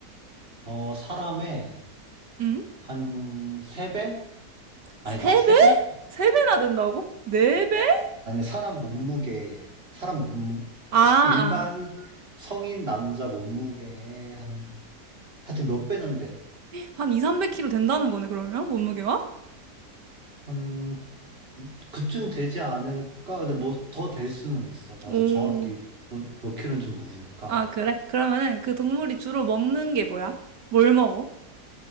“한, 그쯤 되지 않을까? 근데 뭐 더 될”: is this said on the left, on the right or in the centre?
Right